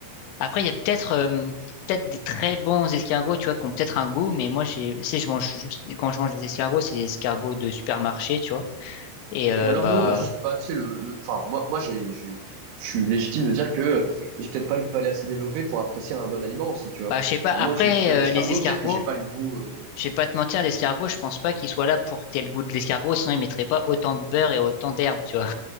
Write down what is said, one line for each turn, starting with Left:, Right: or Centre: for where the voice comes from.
Left: Après, il y a peut-être euh, peut-être des très bons escargots, tu vois, qui ont peut-être un goût, mais moi, j'ai, tu sais, je mange juste, quand je mange des escargots, c'est des escargots de supermarché, tu vois. Et euh,
Right: Ou alors,
Left: bah,
Right: nous, on a juste pas, tu sais, le, le, enfin, moi, moi, j'ai, j'ai- je suis légitime de dire que j'ai peut-être pas le palais assez développé pour apprécier un bon aliment aussi, tu vois.
Left: bah, je sais pas.
Right: Genre,
Left: Après,
Right: moi, tu me files
Left: euh,
Right: un escargot,
Left: les escargots,
Right: peut-être que j'ai pas le goût. euh,
Left: je vais pas te mentir, l'escargot, je pense pas qu'il soit là pour que t'aies le goût de l'escargot, sinon il mettrait pas autant de beurre et autant d'herbe, tu vois.